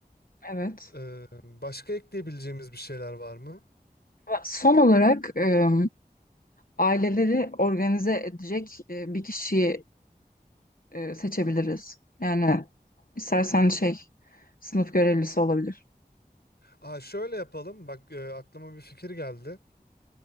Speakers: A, on the left; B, on the left.
A: Evet.
B: Ee, başka ekleyebileceğimiz bir şeyler var mı?
A: Ve Son olarak e, aileleri organize edecek e, bir kişiyi e, seçebiliriz. Yani istersen şey sınıf görevlisi olabilir.
B: Aa, şöyle yapalım. Bak e, aklıma bir fikir geldi.